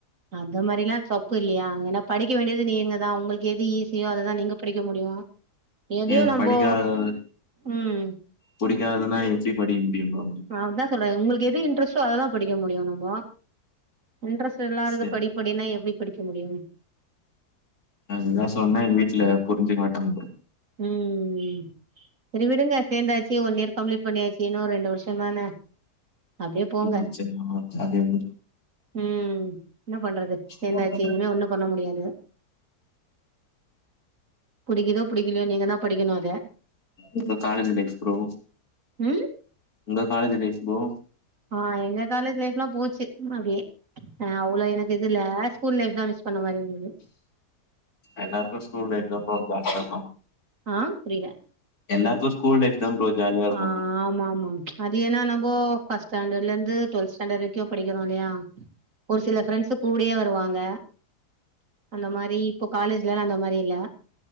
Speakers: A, on the right; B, on the left.
A: அந்த மாரில்லா தப்பு இல்லையா ஏன்னா படிக்க வேண்டியது நீங்க தா உங்களுக்கு எது ஈஸியோ அததா நீங்கப் படிக்க முடியு எதையு
B: எனக்கு
A: நம்போ
B: படிக்காத
A: ம்
B: புடிக்காதுன்னா எப்டி படிக்க முடியும் ப்ரோ
A: அததா சொல்றேங்க உங்களுக்கு எது இன்ட்ரெஸ்டோ அததா படிக்க முடியு நம்போ இன்ட்ரெஸ்ட் இல்லாதத
B: சே
A: படி படின்னா எப்டி படிக்க முடியும்
B: அதுதா சொன்னா எங்க வீட்ல புரிஞ்சுக்க மாட்டாங்க ப்ரோ
A: ம் ஹூம் செரி விடுங்க சேந்தாச்சு ஒன் இயர் கம்ப்ளீட் பண்ணியாச்சு இன்னு ஒரு ரெண்டு வருஷோந்தான அப்டியே போங்க
B: புரிஞ்சுச்சுன்னா ஜாலியா
A: ம் என்ன பண்றது
B: முடிஞ்சிரு
A: சேந்தாச்சு இனிமே ஒண்ணும் பண்ண முடியாது புடிக்கிதோ புடிக்கலையோ நீங்கதா படிக்கணு அத
B: உங்க காலேஜ் லைஃப் ப்ரோ
A: ம்
B: உங்க காலேஜ் லைஃப் ப்ரோ
A: ஆ எங்க காலேஜ் லைஃப் எல்லா போச்சு அப்டியே ஆ அவ்ளோ எனக்கு இது இல்ல ஸ்கூல் லைஃப் தா மிஸ் பண்ண மாரி இருந்துது
B: எல்லாருக்கு ஸ்கூல் லைஃப் தா இப்பவு ஜாஸ்தியா இருக்கு
A: ஆ புரில
B: எல்லார்க்கு ஸ்கூல் லைஃப் தா ப்ரோ ஜாலியா இருக்கு
A: ஆ ஆமா ஆமா அது என்னனா போ ஃபஸ்டாண்டர்ல இருந்து டுவெல்த் ஸ்டாண்டர்ட் படிக்கிறோ இல்லையா ஒரு சில ஃப்ரெண்ட்ஸ் கூடே வருவாங்க அந்த மாரி இப்போ காலேஜ்லா அந்த மாரி இல்ல